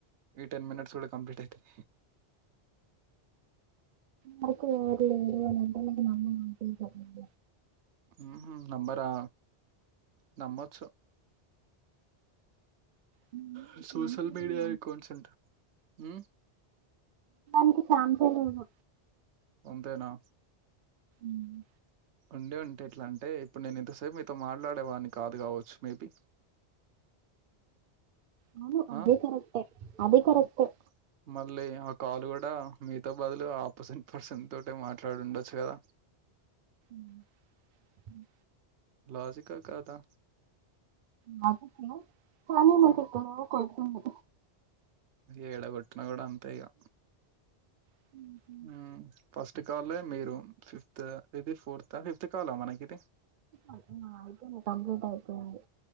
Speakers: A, on the right (about 80°); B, on the right (about 55°).
A: ఈ టెన్ మినిట్స్ లో కంప్లీట్ అయితయ్
B: మాకు <unintelligible>
A: మ్మ్ హ్మ్ నమ్మరా నమ్మొచ్చు
B: దానికి
A: స సోషల్
B: ఛాన్సే
A: మీడియా
B: లేదు
A: అకౌంట్స్ అంట మ్మ్
B: నీకి చాన్సలేదు
A: వం తేనా
B: మ్మ్
A: ఉండే ఉంటే ఎట్లా అంటే ఇప్పుడు నేను ఇంతసేపు మీతో మాట్లాడేవాన్ని కాదు గావచ్చు మేబి,
B: అవును అదే
A: ఆ
B: కరెక్టే అది కరెక్టే
A: మ్ మళ్ళీ ఆ కాలు గూ దా మీతో బదులు ఆపొషిన్ పర్సన్ తోటే మాట్లాడి ఉండొచ్చు కదా
B: మ్మ్ హ్మ్
A: లాజిక కాదా
B: మాపేసె కానీ నాకు
A: ఉమ్
B: ఎక్కడో కొడుతుంది
A: ఏడగొట్న కూడా అం తేగా
B: అయిపోయింది
A: మ్మ్ ఫస్ట్ కాలే మీరు ఫిఫ్త్ ఇది ఫోర్త్ ఆ ఫిఫ్త్ కాలా మనకి ఇది
B: అయితే నా ఐపోయింది కంప్లీట్ అయిపోయింది